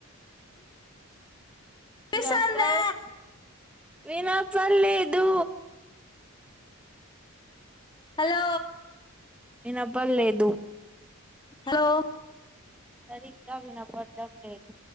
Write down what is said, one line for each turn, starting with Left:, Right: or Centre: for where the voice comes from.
Left: ఇనిపిస్తాందా
Centre: మెగాస్టార్ వినపడలేదు.
Left: హలో!
Centre: వినపడలేదు.
Left: హలో!
Centre: సరిగ్గా వినపడ్డం లేదు.